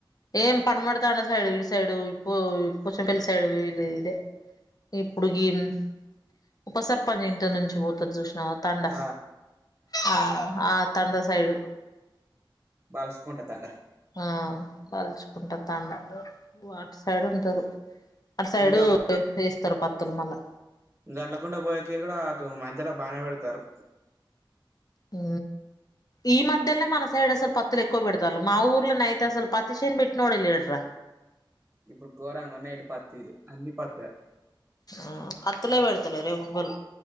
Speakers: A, on the left; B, on the right.
A: ఏం పనమడతాండ సైడు ఇటు సైడు ఇప్పు పుచ్చం పెళ్ళి సైడు ఇల్ ఇదే ఇప్పుడు ఈన్ ఉప సర్పంచ్ ఇంటి నుంచి పోతరు చూశినవా తాండ
B: ఆ
A: ఆ ఆ తాండ సైడు.
B: బాల్సుకుంట తాండా.
A: ఆ తల్చుకుంట తాండ ఓ అటు సైడు ఉంటరు, అటు సైడు
B: ఇంకా
A: తీస్తరు పత్తులు మళ్ళా.
B: గండ్లకుంట పోయేకెళ్ళి కూడా అటు మధ్యల బానే పెడతరు.
A: ఊ ఈ మధ్యనే మన సైడ్ అసల్ పతులు ఎక్కువ బడతలు మా ఊర్ల నైతస్సల్ పత్తిషన్ బట్నోడే లెడ్ర
B: ఇప్పుడు గోరంగ ఉన్నా ఇటు పతిలు అన్ని పతిలే
A: ఆ పతులే పెడుతలేరు ఎవల్